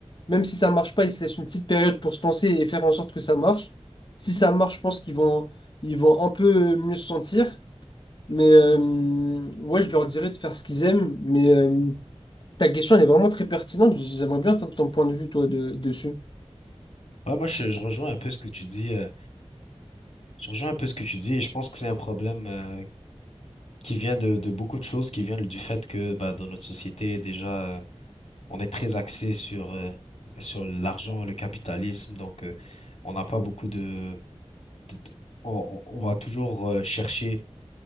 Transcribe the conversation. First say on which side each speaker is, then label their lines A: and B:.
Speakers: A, on the left; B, on the left.
A: Même si ça marche pas, ils se laissent une petite période pour se lancer et faire en sorte que ça marche. Si ça marche, je pense qu'ils vont, ils vont un peu mieux se sentir. Mais euh, ouais, je leur dirais de faire ce qu'ils aiment. Mais euh, ta question, elle est vraiment très pertinente. J'aimerais bien entendre ton point de vue, toi, de- dessus.
B: Ouais, moi, je, je rejoins un peu ce que tu dis. euh, je rejoins un peu ce que tu dis et je pense que c'est un problème euh, qui vient de, de beaucoup de choses, qui vient du fait que bah, dans notre société, déjà, euh, on est très axé sur, euh, sur l'argent, le capitalisme. Donc, euh, on n'a pas beaucoup de, de- on, on- on va toujours euh, chercher